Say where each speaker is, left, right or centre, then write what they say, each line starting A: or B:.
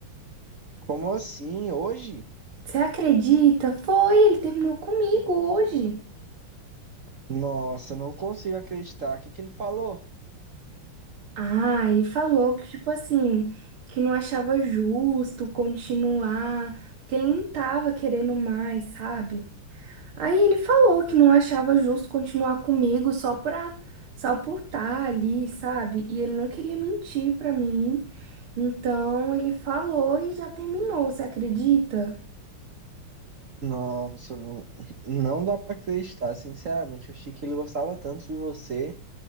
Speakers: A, on the right; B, on the right.
A: Como assim? Hoje?
B: Você acredita? Foi, ele terminou comigo hoje.
A: Nossa, eu não consigo acreditar. O que que ele falou?
B: Ah, ele falou que, tipo assim, que não achava justo continuar, porque ele não tava querendo mais, sabe? Aí ele falou que não achava justo continuar comigo só pra, só por estar ali, sabe? E ele não queria mentir pra mim. Então ele falou e já terminou, você acredita?
A: Nossa, não, não dá pra acreditar, sinceramente. Eu achei que ele gostava tanto de você.